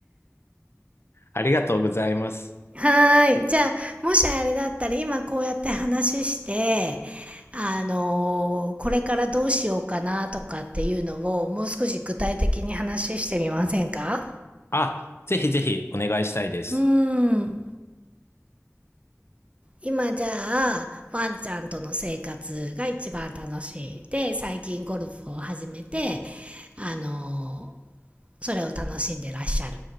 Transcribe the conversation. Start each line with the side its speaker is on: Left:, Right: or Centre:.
Left: ありがとうございます。
Right: はい。じゃあ、もしあれだったら今こうやって話して、あのこれからどうしようかなとかっていうのをもう少し具体的に話してみませんか
Left: あ、ぜひぜひお願いしたいです。
Right: うーん。今じゃあワンちゃんとの生活が一番楽しいで最近ゴルフを始めてあのーそれを楽しんでらっしゃる